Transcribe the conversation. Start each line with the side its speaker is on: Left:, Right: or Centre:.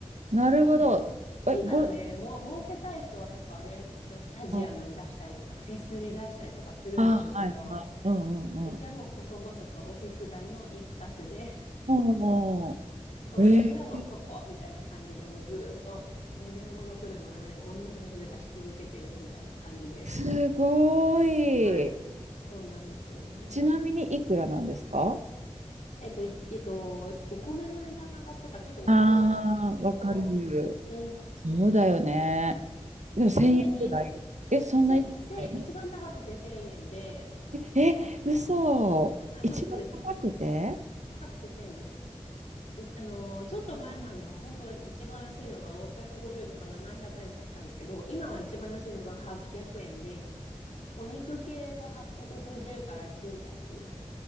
Right: なるほど。
Left: キッキッチンカーなんで、
Right: え、ご、
Left: も、儲けたい人はやっぱね、スタジアムに出したりとか、
Right: うん
Left: フェスに出したりとかするんでしょうけど、
Right: あ、はいはい。うんうんうん。
Left: うちはもう細々とオフィス街の一角で、
Right: うんうん
Left: この曜日はもうここみたいな感じで、
Right: うんえー、
Left: もうずーっと5年も6年も7年も同じ場所で出し続けてるみたいな感じで、
Right: すごい。
Left: はい、そうなんですよね。
Right: ちなみにいくらなんですか
Left: えっと、いえっと、お米の値段が上がってからちょっと値上げしちゃったんですけど、
Right: ああー、わかる。
Left: うん、
Right: そうだよね。でも1000円ぐらいえ、
Left: 数年に、
Right: そんな安くないよね。
Left: あ、せ、千円、一番高くて1000円で、
Right: え、嘘。
Left: はい、
Right: 一番高くて
Left: そうです、そうです。高くて1000円です。うあのー、ちょっと前までは本当一番安いのが650とか700円とかやってたんですけど、今は一番安いのが800円で、お肉系が850から900